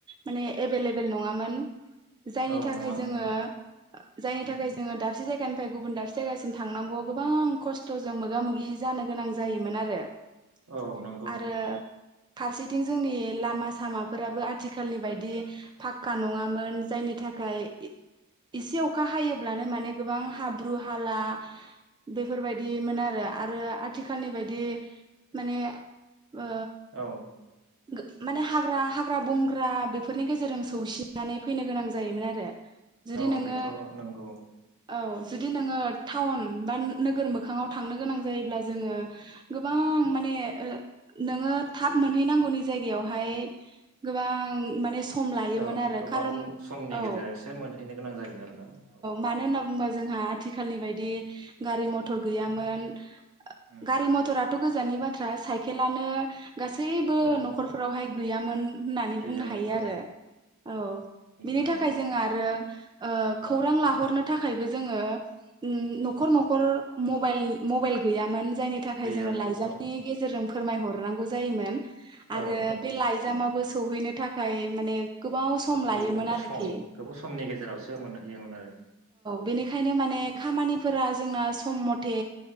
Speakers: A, on the right; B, on the right.
A: माने एबेलेबेल नङामोन । जायनि
B: औ
A: थाखाय
B: नङामोन
A: जोङो
B: ओहो
A: जायनि
B: उम
A: थाखाय जोङो दाबसे जायगानिफ्राय गुबुन दाबसे जायगासिम थांनांगौआ गु गोबां खस्थ'जों मोगा मोगि जानो गोनां जायोमोन आरो ।
B: औ नं
A: आरो फारसेथिं जोंनि लामास सामाफोराबो आथिखालनि बायदि फाखक्का नङामोन जायनि थाखाय एसे अखा हायोब्लानो माने गोबां हाब्रु हाला बेफोरबायदिमोन आरो आरो आथिखालनि बायदि माने ओ
B: औ
A: गो माने हाग्रा हाग्रा बंग्रा बेफोरनि गेजेरजों सौसिननानै फैनो गोनां जायोमोन आरो जुदि
B: औ
A: नोङो
B: बेथ' नंगौ ।
A: औ जुदि नोङो टाउन बा नोगोर मोखाङाव थांनो गोनां जायोब्ला जोङो गोबां माने ओ नोङो थाब मोनहैनांगौनि जायगायावहाय गोबां माने सम लायोमोन
B: औ
A: आरो
B: गोबाव
A: खारन
B: समनि
A: औ
B: गेजेरजोंसो मोनहैनो गोनां जायोमोन आरोना औ ।
A: मानो होनना बुंबा जोंहा आथिखालनि बायदि गारि मथर गैयामोन ।
B: उम
A: गाारि मथर आथ' गोजाननि ब्राथ्रा बाइ खेलानो गासैबो
B: औ
A: न'खरफोरावहाय गैयामोन । होननानै
B: गैयामोन
A: बुंनो हायो
B: औ
A: आरो औ
B: बुंनो
A: बिनि
B: हायो
A: थाखाय
B: औ
A: जों आरो ओ खौरां लाहरनो थाखायबो जोङो न'खर न'खर मबाइल मबाइल गैयामोन । जायनि थाखाय
B: गैयामोन
A: जोङो लाइजामनि
B: औ
A: गेजे जों फोरमायहरनांगौ जायोमोन ।
B: औ
A: आरो
B: नंगौ
A: बे लाइजामाबो
B: औ
A: स सौहैनो थाखाय माने गोबाव सम लायोमोन
B: गोबाव
A: आरोखि
B: सम गोबाव समनि गेजेरावसो मोनहैयोमोन आरो
A: बिनि खायनो माने
B: उम
A: खामानिफोरा जोंना सम मथे